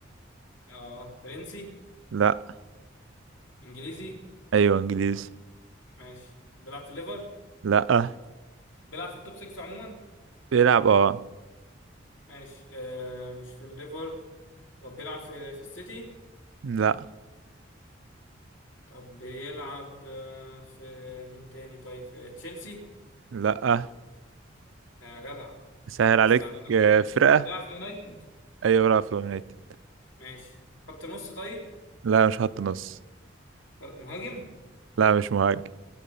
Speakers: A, on the left; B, on the right.
A: اه فرنسي
B: لا
A: انجليزي
B: ايوه انجليزي
A: ماشي بيلعب في الليفر
B: لا
A: بيلعب في التوب 6 عموما
B: بيلعب اه
A: ماشي آه مش في الليفر طب بيلعب في في السيتي
B: لا
A: طب بيلعب آه في مين تاني طيب في تشيلسي
B: لا
A: يا جدع
B: سهل
A: استنى
B: عليك آه، فرقة
A: بيلعب في اليونايتد
B: ايوه بيلعب في اليونايتد
A: ماشي خط نص طيب
B: لا مش خط نص
A: مهاجم
B: لا مش مهاجم